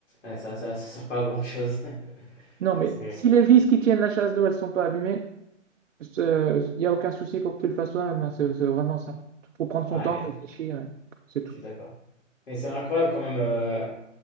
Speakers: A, on the left; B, on the right.
A: ouais, ça ça ça sert pas à grand chose. <laughs>
B: Non, mais
A: C'est ouais,
B: si les vis qui tiennent la chasse d'eau, elles sont pas abîmées, il n'y a aucun souci pour que tu le fasses toi-même. hein. C'est c'est vraiment simple. Il faut prendre son
A: ouais,
B: temps, réfléchir, et c'est tout.
A: je suis d'accord. Mais c'est incroyable quand même, heu